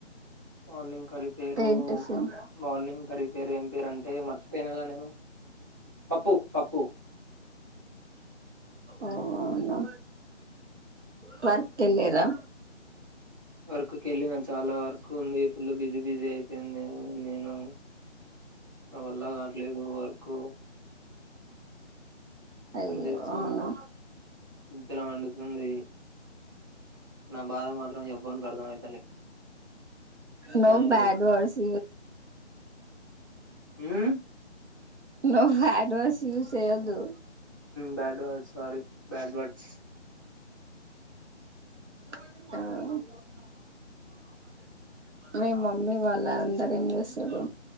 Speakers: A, on the right (about 20°); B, on the right (about 65°).
A: మార్నింగ్ కర్రి పేరు
B: ఏం టిఫిన్
A: మార్నింగ్ కర్రి. పేరు ఏం పేరు అంటే మర్చిపోయినా గా నేను పప్పు పప్పు
B: అవునా పార్క్ వెళ్లిరా
A: వర్క్ కి వెళ్ళి నాకు చాలా వర్క్ ఉంది ఫుల్ బిజీ బిజీ అయిపోయింది నేను నా వల్ల కాట్లేదు వర్క్
B: అయ్యో
A: పని చేస్తున్న
B: అవునా
A: గుద్దల మండుతుంది నా బాధ మాత్రం ఎవ్వనికి అర్థం అయి
B: నువ్వు
A: జాయింట్
B: బ్యాడ్ వర్డ్స్
A: హమ్
B: నువ్వు బ్యాడ్ వర్డ్స్ యూస్ చేయొద్దు
A: బ్యాడ్ వర్డ్ సారీ బ్యాడ్వడ్స్
B: ఆ మీ మమ్మీ వాళ్ళ అందరు ఏం చేస్తురు